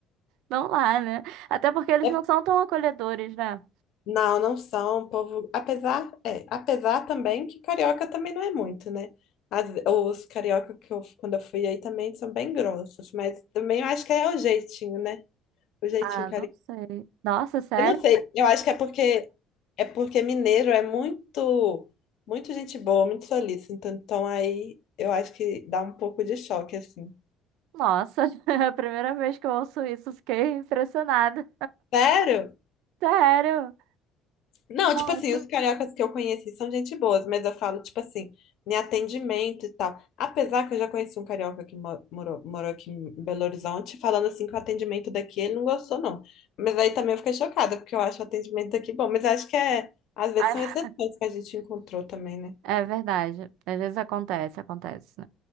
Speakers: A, on the right (about 80°); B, on the left (about 60°).
A: não lá, né? Até porque eles
B: É-
A: não são tão acolhedores, né?
B: não, não são, povo. Apesar, é, apesar também que carioca também não é muito, né? Às ve- os carioca que eu, quando eu fui aí também são bem grossos, mas também eu acho que é o jeitinho, né? O jeitinho
A: Ah, não sei. Nossa, sério?
B: Eu não sei, eu acho que é porque é porque mineiro é muito muito gente boa, muito solícito, então, então aí eu acho que dá um pouco de choque assim.
A: Nossa, <laughs> é a primeira vez que eu ouço isso, fiquei impressionada.
B: Sério?
A: Sério?
B: Não,
A: Nossa.
B: tipo assim, os cariocas que eu conheci são gente boas, mas eu falo tipo assim, em atendimento e tal. Apesar que eu já conheci um carioca que mo- morou, morou aqui em Belo Horizonte, falando assim que o atendimento daqui ele não gostou não. Mas aí também eu fiquei chocada, porque eu acho o atendimento daqui bom, mas acho que é às vezes
A: Ai,
B: são exceções que a gente encontrou também, né?
A: É verdade. Às vezes acontece, acontece.